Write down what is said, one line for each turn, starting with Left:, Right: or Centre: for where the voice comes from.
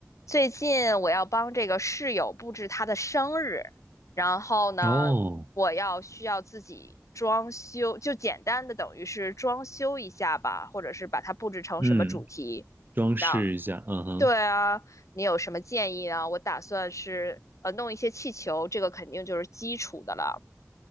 Left: 最近我要帮这个室友布置她的生日，然后呢，
Right: 哦，
Left: 我要需要自己装修，就简单的等于是装修一下吧，或者是把它布置成什么主题，
Right: 嗯，装饰一下，
Left: 让，
Right: 嗯哼，
Left: 对啊，你有什么建议啊？我打算是呃弄一些气球，这个肯定就是基础的了，